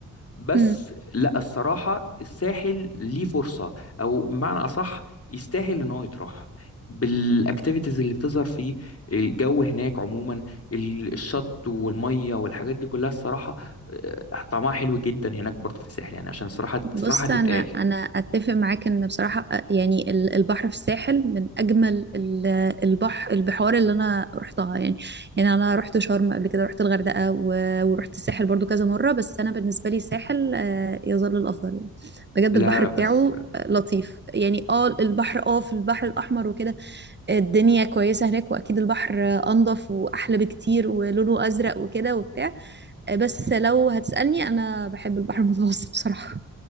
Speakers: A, on the left; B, on the right.
A: بس
B: امم
A: لا الصراحة الساحل ليه فرصة أو بمعنى أصح يستاهل إن هو يتراح بالاكتيفيتيز اللي بتظهر فيه الجو هناك عموما ال- الشط والميه والحاجات دي كلها الصراحه آه، طعمها حلو جدا هناك برضه في الساحل يعني عشان الصراحه
B: بص
A: الصراحه تتقال
B: انا انا اتفق معاك ان بصراحه أ- يعني ال- البحر في الساحل من اجمل ال- البحر البحار اللي انا رحتها يعني يعني انا رحت شرم قبل كده رحت الغردقه و- ورحت الساحل برضو كذا مره بس انا بالنسبه لي الساحل آه، يظل الافضل يعني بجد
A: لا
B: البحر
A: بس
B: بتاعه آه، لطيف يعني اه البحر اه في البحر الاحمر وكده الدنيا كويسه هناك واكيد البحر آه، انضف واحلى بكتير ولونه ازرق وكده وبتاع آه، بس لو هتسالني انا بحب البحر المتوسط بصراحه